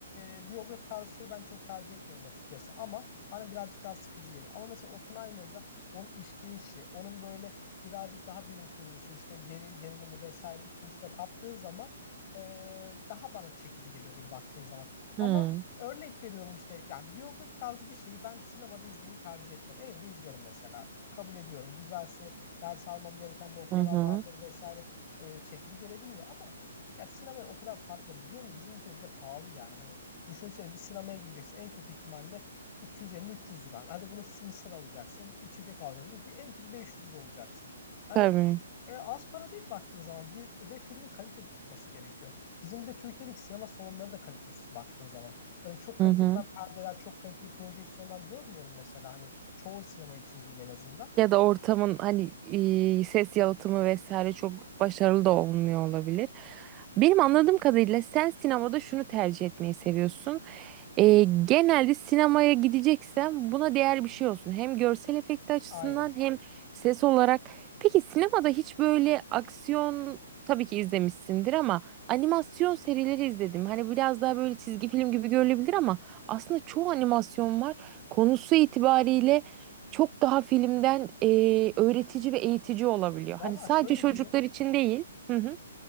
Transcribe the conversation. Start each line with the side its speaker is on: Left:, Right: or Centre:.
Left: e, biyografi tarzı şeyi ben çok tercih etmiyorum açıkçası ama bana birazcık daha sıkıcı geliyor. Ama mesela Oppenheimer'da onun işleyişi, onun böyle birazcık daha bilim kurgusu işte geri- gerilimi vesaire işin içine kattığı zaman e, daha bana çekici geliyor böyle baktığın zaman. Ama
Right: Hmm,
Left: Örnek veriyorum işte yani biyografi tarzı bir şeyi ben sinemada izlemeyi tercih etmem. Evde izlerim mesela. Kabul ediyorum. Güzelse ders almam gereken noktalar
Right: Hı hı.
Left: vardır vesaire. Ee, çekici gelebiliyor ama ya sinemaya o kadar par ya diyorum ya bizim ülkede bir de pahalı yani. Hani düşünsene bir sinemaya gideceksin en kötü ihtimalle 250-300 lira. Hadi bunu mısır alacaksın, içecek alacaksın. Bir en kötü 500 lira olacaksın. Hani
Right: Tabii.
Left: e, az para değil baktığın zaman bir ve filmin kaliteli çıkması gerekiyor. Bizim bir de Türkiye'deki sinema salonları da kalitesiz baktığın zaman. Böyle çok kaliteli
Right: Hı hı.
Left: ben perdeler, çok kaliteli projeksiyonlar görmüyorum mesela hani çoğu sinema için diyeyim en azından.
Right: Ya da ortamın hani e, ses yalıtımı vesaire çok başarılı da olmuyor olabilir. Benim anladığım kadarıyla sen sinemada şunu tercih etmeyi seviyorsun. E, genelde sinemaya gideceksem buna değer bir şey olsun. Hem görsel efekti açısından
Left: Aynen.
Right: hem ses olarak. Peki sinemada hiç böyle aksiyon tabii ki izlemişsindir ama animasyon serileri izledim. Hani biraz daha böyle çizgi film gibi görülebilir ama aslında çoğu animasyon var. Konusu itibariyle çok daha filmden e, öğretici ve eğitici olabiliyor.
Left: Valla
Right: Hani sadece
Left: şöyle
Right: çocuklar
Left: diyeyim.
Right: için değil. Hı hı.